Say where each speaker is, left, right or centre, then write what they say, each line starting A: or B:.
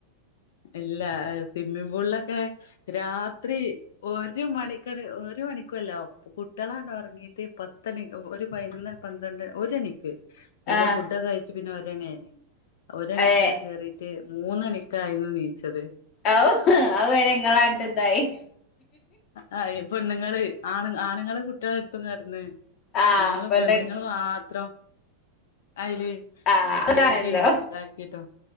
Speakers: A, on the left (about 60°); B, on the left (about 35°).
A: ഇല്ല ഹ് സിമ്മിംപൂൾലൊക്കെ രാത്രി ഒരു മണിക്കണ് ഒരു മണിക്കുഅല്ല കുട്ട്യളാണ്ട് ഒറങ്ങീട്ട് പത്തണി ഒ ഒരു പയ്നൊന്ന് പന്ത്രണ്ട് ഒരണിക്ക് എല്ലം
B: ആഹ്
A: ഫുഡൊക്കെ കൈച്ച് പിന്നെ ഒരണിയായ്ണ് ഒരണിക്കാണ്
B: ഏഹ്
A: കേറി റ്റ് മൂന്നണിക്കായിന്ന് നീച്ചത്
B: ഔഹ് ഔവരെ ഇങ്ങളാണ്ട് തായി
A: ആഹ് യെ പെണ്ണ്ങ്ങള് ആണ്ങ്ങ ആണുങ്ങള് കുട്യാളെട്ത്തും കടന്ന്
B: ആഹ്
A: ഞങ്ങള്
B: പെണ്ണ്
A: പെണ്ണുങ്ങൾ മാ ത്രം അയില്
B: ആഹ് അതാണല്ലോ
A: നീന്തിം താ കിട്ടോ